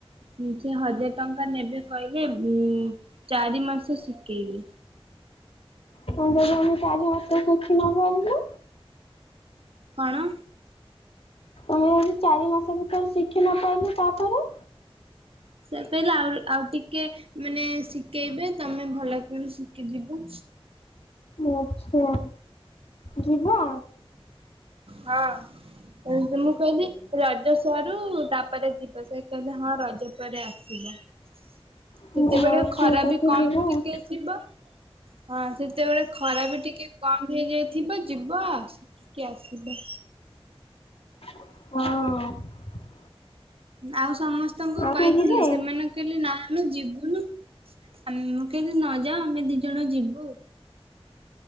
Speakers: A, on the right; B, on the left.
A: ଉଁ ଯେ ହଜାର ଟଙ୍କା ନେବେ କହିଲେ ଉଁ ଚାରି ମାସ ଶିଖେଇବେ,
B: ହଁ ଯଦି ଆମେ ଚାରି ମାସରେ ସିଖି ନପାରିଲେ?
A: କଣ?
B: ଅହ ଯଦି ଚାରି ମାସ ଭିତରେ ଶିଖି ନପାରିଲେ ତା ପରେ?
A: ସେ କହିଲେ ଆଉରି ଆଉ ଟିକେ ମାନେ ଶିଖେଇବେ ତମେ ଭଲକି ଶିଖିଯିବୁ।
B: ଆଚ୍ଛା, ଜିବା।
A: ହାଁ, <inaudible> ମୁଁ କହିଲି, ରଜ ସରୁ ତାପରେ ଯିବ, ସେ କହିଲେ ହଁ ରଜ ପରେ ଆସିବ। ସେତେବେଳେ
B: ହଁ
A: ଖରା
B: ଠିକ ଅଛି
A: ବି କମ୍
B: ଯିବା
A: ଟିକିଏ
B: ହଁ
A: ଥିବ। ହଁ ସେତେବେଳେ ଖରା ବି ଟିକେ କମ ବି ହେଇଯାଇ ଯିବା, ଯିବା <unintelligible> କି ଆସିବା।
B: ହଁ।
A: ଆଉ ସମସ୍ତଙ୍କୁ
B: ଆଉ
A: କହିଥିଲି
B: କିଏ ଯିବେ?
A: ସେମାନ କହିଲେ ନା ଆମେ ଯିବୁନୁ। ଆମ୍ ମୁଁ କହିଲି ନ ଯାଅ ଆମେ ଦି ଜଣ ଯିବୁ।